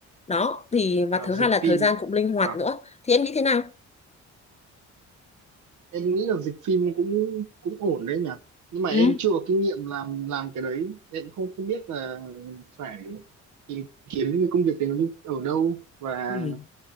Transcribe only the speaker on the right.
À,
dịch
phim.
Vâng.
Em nghĩ là dịch phim cũng cũng ổn đấy nhỉ. Nhưng mà
em chưa có kinh nghiệm làm làm cái đấy. Em không không biết là phải tìm kiếm những cái công việc đấy nó như- ở đâu và